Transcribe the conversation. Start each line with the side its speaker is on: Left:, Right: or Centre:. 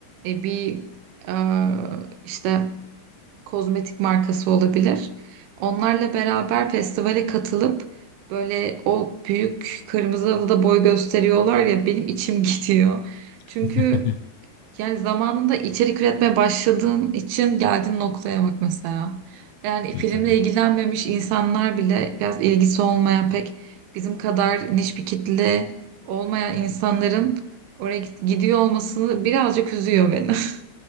Right: e, bir e, işte kozmetik markası olabilir. Onlarla beraber festivale katılıp böyle o büyük kırmızı halıda boy gösteriyorlar ya benim içim <laughs> gidiyor.
Left: <laughs>
Right: Çünkü yani zamanında içerik üretmeye başladığın için geldiğin noktaya bak mesela. Yani
Left: Ya
Right: filmle
Left: tabii.
Right: ilgilenmemiş insanlar bile biraz ilgisi olmayan pek bizim kadar niş bir kitle olmayan insanların oraya git- gidiyor olmasını birazcık üzüyor beni. <laughs>